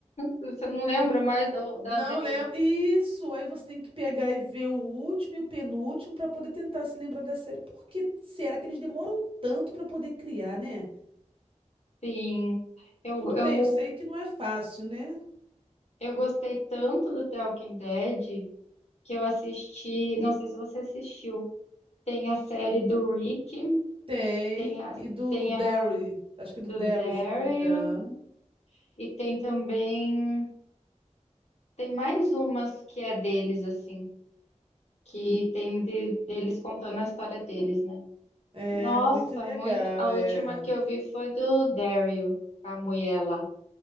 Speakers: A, on the left; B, on the right.
A: você não lembra
B: E
A: mais da, da
B: não
A: anterior.
B: lembro. Isso, aí você tem que pegar e ver o último e o penúltimo para poder tentar se lembrar da série. Por que será que eles demoram tanto para poder criar, né?
A: Sim, eu,
B: Tudo
A: eu,
B: bem, eu sei que não é fácil, né?
A: eu gostei tanto do The Walking Dead que eu assisti, não sei se você assistiu, tem a série do Rick,
B: Tem.
A: tem a,
B: E do
A: tem
B: Derry,
A: a
B: acho
A: do
B: que do Derry,
A: Daryl
B: se eu não me engano.
A: e tem também, tem mais umas que é deles, assim, que tem de, deles contando a história deles, né?
B: É
A: Nossa,
B: muito legal,
A: muito. A
B: é
A: última que eu vi foi do Daryl, com a mulher lá.